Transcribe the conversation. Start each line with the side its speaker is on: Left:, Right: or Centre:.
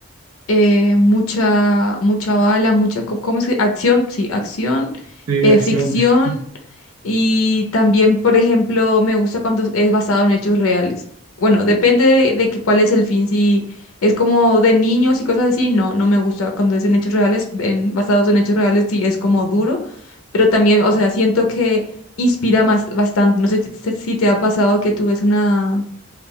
Left: eh, mucha, mucha bala, mucha, co- ¿cómo es que? Acción, sí, acción,
Right: Sí, de
Left: eh,
Right: acción.
Left: ficción
Right: <laughs>
Left: Y también, por ejemplo, me gusta cuando es basado en hechos reales. Bueno, depende de, de que cuál es el fin. Si es como de niños y cosas así, no, no me gusta cuando es en hechos reales, en, basados en hechos reales, sí es como duro, pero también, o sea, siento que inspira más bastante. No sé si si te ha pasado que tú ves una,